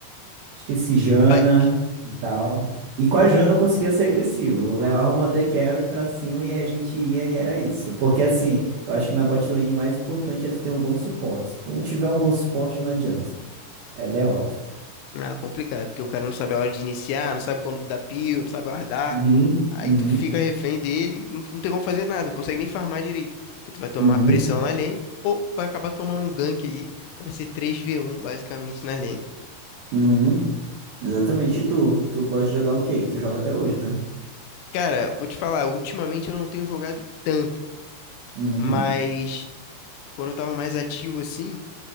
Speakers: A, on the right; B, on the left.
A: esqueci Jana
B: Pike.
A: e tal. E com a Jana eu conseguia ser agressivo, eu levava uma AD Carry pra cima e a gente ia e era isso. Porque assim, eu acho que na bot lane o mais importante é tu ter um bom suporte. Se tu não tiver um bom suporte, não adianta, é derrota.
B: Ah, complicado, porque o cara não sabe a hora de iniciar, não sabe quando dar pio, não sabe guardar.
A: Uhum,
B: Aí
A: Uhum,
B: tu fica refém dele, não, não tem como fazer nada, não consegue nem farmar direito. Porque tu vai tomar
A: uhum,
B: pressão na lane, ou vai acabar tomando um gank aí. Então vai ser três v um basicamente na lane.
A: uhum. Exatamente. E tu? Tu gosta de jogar o quê? Que tu joga até hoje, né?
B: Cara, vou te falar, ultimamente eu não tenho jogado tanto,
A: Uhum,
B: mas quando eu tava mais ativo assim,